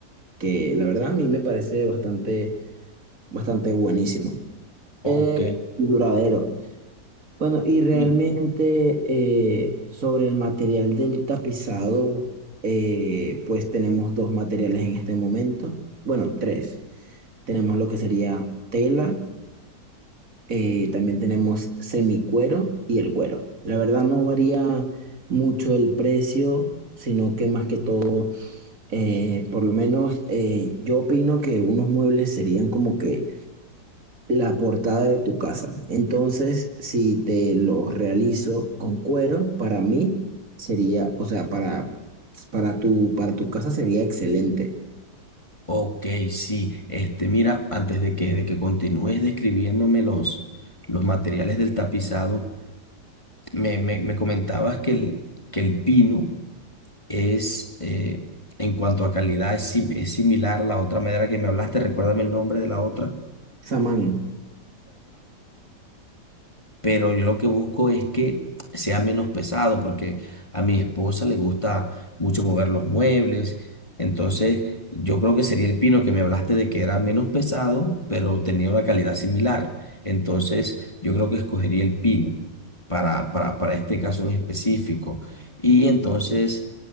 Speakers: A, on the right; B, on the left.
A: que la verdad a mí me parece bastante, bastante buenísimo.
B: ok.
A: Eh, y duradero. Bueno, y realmente
B: Y
A: eh, sobre el material del tapizado, eh, pues tenemos dos materiales en este momento. Bueno, tres. Tenemos lo que sería tela, eh, también tenemos semicuero y el cuero. La verdad no varía mucho el precio, sino que más que todo, eh, por lo menos eh, yo opino que unos muebles serían como que la portada de tu casa. Entonces, si te lo realizo con cuero, para mí sería, o sea, para, para tu, para tu casa sería excelente.
B: Ok, sí. Este, mira, antes de que, de que continúes describiéndome los, los materiales del tapizado, me, me, me comentabas que el, que el pino es, eh, en cuanto a calidad, es, sim- es similar a la otra madera que me hablaste. Recuérdame el nombre de la otra.
A: Samán.
B: pero yo lo que busco es que sea menos pesado, porque a mi esposa le gusta mucho mover los muebles, entonces yo creo que sería el pino que me hablaste de que era menos pesado, pero tenía una calidad similar, entonces yo creo que escogería el pino para, para, para este caso en específico, y entonces...